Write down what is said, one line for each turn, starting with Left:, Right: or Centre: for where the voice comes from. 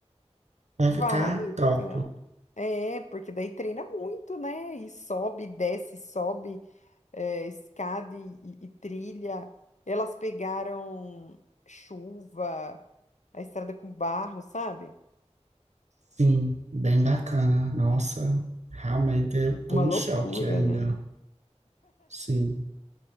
Right: vai
Left: Vai,
Right: ficar
Left: então.
Right: top.
Left: É, porque daí treina muito, né? E sobe, desce, sobe, é, escada e, e- e trilha. Elas pegaram chuva, a estrada com barro, sabe?
Right: Sim, bem bacana. Nossa, realmente eu
Left: Uma
Right: tô em
Left: loucura,
Right: choque ainda.
Left: né?
Right: Sim,